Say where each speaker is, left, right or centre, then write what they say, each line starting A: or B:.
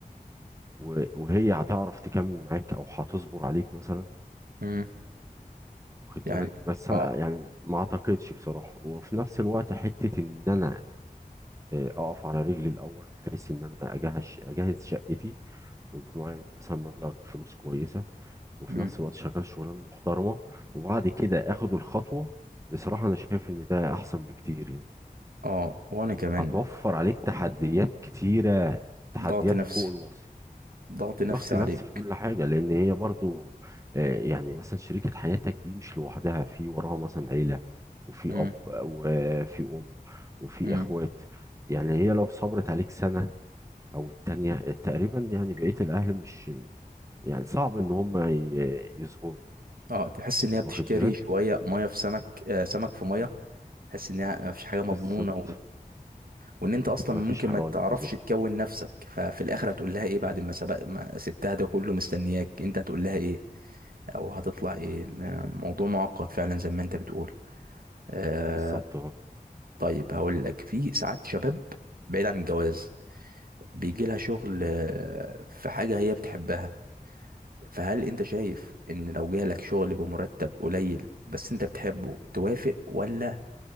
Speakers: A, on the right; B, on the right.
A: و- وهي هتعرف تكمل معاك او هتصبر عليك مثلا
B: مهم.
A: واخد
B: يعني
A: بالك بس أنا
B: اه
A: يعني ما اعتقدش بصراحة وفي نفس الوقت حتة ان انا آه، اقف على رجلي الاول بحيث ان انا اجهز اجهز شقتي ويبقى معايا مثلا مبلغ فلوس كويسة وفي
B: مم.
A: نفس الوقت شغال شغلانة محترمة وبعد كده اخد الخطوة بصراحة انا شايف ان ده احسن بكتير يعني
B: اه وانا كمان
A: هتوفر عليك تحديات كتيرة تحديات
B: ضغط نفسي
A: فوق الوصف
B: ضغط نفسي
A: ضغط نفسي
B: عليك
A: في كل حاجة لأن هي برضو آه، يعني مثلا شريكة حياتك دي مش لوحدها في وراها مثلا عيلة وفي
B: مم.
A: أب وفي أم وفي
B: مم.
A: إخوات يعني هي لو صبرت عليك سنة أو التانية تقريبا يعني بقية الأهل مش يعني صعب إن هم ي- يصبروا
B: اه تحس ان هي بتشتري
A: واخد بالك
B: شوية مية في سمك آه، سمك في مية تحس ان هي مفيش حاجة مضمونة
A: بالظبط
B: وان انت اصلا
A: مفيش
B: ممكن
A: حق
B: ما
A: آه، أيوه
B: تعرفش
A: بالظبط
B: تكون نفسك ففي الاخر هتقول لها ايه بعد ما سبق ما سبتها ده كله مستنياك انت هتقول لها ايه او هتطلع ايه الموضوع معقد فعلا زي ما انت بتقول آه
A: بالظبط اه
B: طيب هقول لك في ساعات شباب بعيد عن الجواز بيجي لها شغل آه، في حاجة هي بتحبها فهل انت شايف ان لو جالك شغل بمرتب قليل بس انت بتحبه توافق ولا